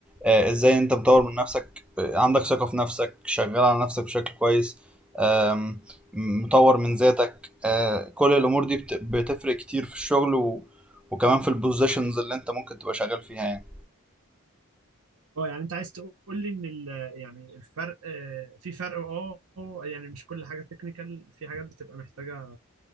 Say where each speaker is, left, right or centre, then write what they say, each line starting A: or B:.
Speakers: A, in the centre; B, on the right.
A: آه، ازاي انت مطور من نفسك آه، عندك ثقه في نفسك شغال على نفسك بشكل كويس آم، مطور من ذاتك آه، كل الامور دي بت- بتفرق كتير في الشغل و... وكمان في البوزيشنز اللي انت ممكن تبقى شغال فيها يعني
B: اه يعني انت عايز تقول لي ان ال... يعني الفرق آه، في فرق اه آه، يعني مش كل حاجة تكنيكال في حاجات بتبقى محتاجة